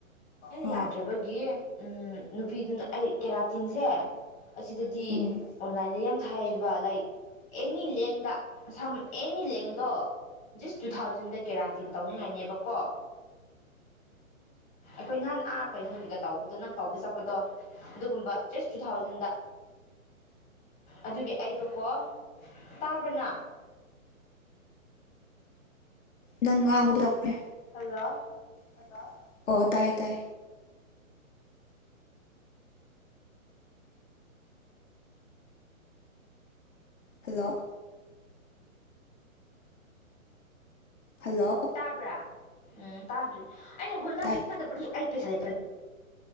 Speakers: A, on the left (about 20°); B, on the left (about 60°).
A: ꯍꯦꯟꯅ
B: ꯑꯣ
A: ꯌꯥꯗ꯭ꯔꯕꯒꯤ ꯅꯨꯄꯤꯗꯨꯅ ꯑꯩ ꯀꯦꯔꯥꯇꯤꯟꯁꯦ ꯑꯁꯤꯗꯗꯤ
B: ꯎꯝ
A: ꯑꯣꯟꯂꯥꯏꯟꯗ ꯌꯥꯝ ꯊꯥꯏꯑꯕ ꯂꯥꯏꯀ ꯑꯦꯅꯤ ꯂꯦꯡꯗ ꯑꯁꯝ ꯑꯦꯅꯤ ꯂꯦꯡꯗꯣ ꯖꯁ ꯇꯨ ꯊꯥꯎꯖꯟꯗ ꯀꯦꯔꯥꯟꯇꯤꯟ ꯇꯧꯅꯤꯡꯉꯥꯏꯅꯦꯕꯀꯣ ꯑꯩꯈꯣꯏ ꯅꯍꯥꯟ ꯑꯥ ꯀꯩꯅꯣꯒꯤꯒ ꯇꯧꯕꯗꯣ ꯅꯪ ꯇꯧꯕ ꯆꯠꯄꯗꯣ ꯑꯗꯨꯒꯨꯝꯕ ꯖꯁ ꯇꯨ ꯊꯥꯎꯖꯟꯗ ꯑꯗꯨꯒꯤ ꯑꯩꯗꯣꯀꯣ ꯇꯥꯕ꯭ꯔꯅ
B: ꯅꯪ ꯉꯥꯡꯕꯗꯣ ꯑꯞꯄ꯭ꯔꯦ
A: ꯍꯜꯂꯣ
B: ꯍꯜꯂꯣ ꯑꯣ ꯇꯥꯏ ꯇꯥꯏ ꯍꯜꯂꯣ ꯍꯜꯂꯣ
A: ꯇꯥꯕ꯭ꯔꯥ ꯎꯝ ꯇꯥꯗ꯭ꯔꯤ ꯑꯩꯅ ꯍꯣꯟꯗ
B: ꯇꯥꯏ
A: ꯍꯧꯖꯤꯛ ꯄꯩꯁꯥ ꯂꯩꯇꯕꯩ